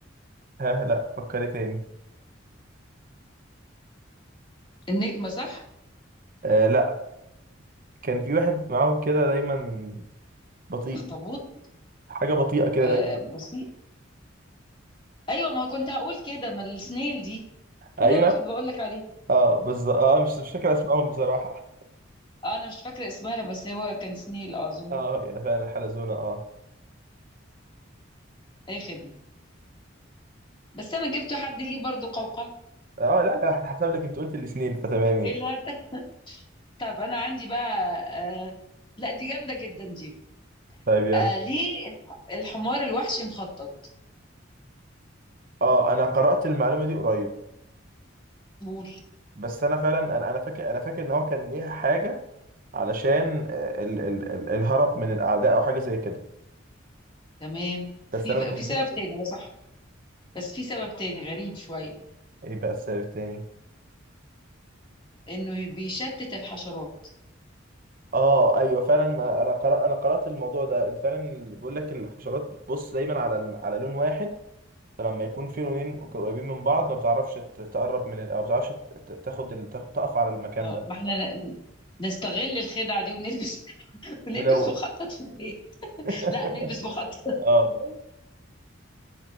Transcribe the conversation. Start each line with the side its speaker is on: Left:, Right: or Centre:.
Right: ها لا فكري تاني
Left: النجمة صح
Right: آه لا كان في واحد معاهم كده دايما بطيء
Left: اخطبوط
Right: حاجه بطيئه كده
Left: آه
Right: دايما
Left: بسيط ايوه ما كنت هقول كده ما السنيل دي
Right: ايوه
Left: ما ده انا كنت بقول لك عليه
Right: اه بالظبط اه مش مش فاكر اسمائهم بصراحه
Left: آه انا مش فاكرة اسمها بس هو كان سنيل اظن
Right: <laughs> اه يا فعلا حلزونه اه
Left: اي خدمة بس انا جبت حد ليه برضو قوقعة
Right: اه لا لا هحسب لك انت قلت الاثنين فتمام يعني
Left: ايه الهدف <laughs> طب انا عندي بقى آه لا دي جامدة جدا دي
Right: طيب يلا
Left: آه ليه الحمار الوحشي مخطط
Right: اه انا قرات المعلومه دي قريب
Left: قول
Right: بس انا فعلا انا انا فاكر انا فاكر ان هو كان ليها حاجه علشان آه، ال ال ال الهرب من الاعداء او حاجه زي كده
Left: تمام
Right: بس
Left: في
Right: انا مش متذكر
Left: في سبب تاني هو صح بس في سبب تاني غريب شوية
Right: ايه بقى السبب التاني
Left: انه ي- بيشتت الحشرات
Right: اه ايوه فعلا انا قرأ انا قرأت الموضوع ده فعلا بيقول لك الحشرات بتبص دايما على الم- على لون واحد فلما يكون في لونين قريبين من بعض ما بتعرفش ت- تقرب من ال... او ما بتعرفش ت- ت- تاخد ال... تاخ- تقف على المكان
Left: اه
Right: ده
Left: ما احنا ن- نستغل الخدعة دي ونلبس <laughs> ونلبس
Right: ملون
Left: مخطط في البيت
Right: <laughs>
Left: لا نلبس مخطط
Right: اه